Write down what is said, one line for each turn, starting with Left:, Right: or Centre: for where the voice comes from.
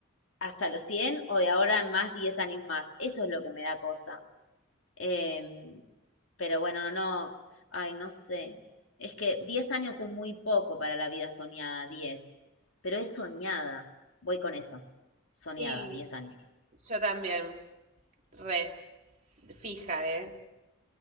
Left: hasta los 100 o de ahora en más 10 años más, eso es lo que me da cosa. Em, pero bueno, no, ay, no sé. Es que 10 años es muy poco para la vida soñada, 10 pero es soñada. Voy con eso, soñada,
Right: Sí,
Left: 10 años.
Right: yo también. Re. Fija, ¿eh?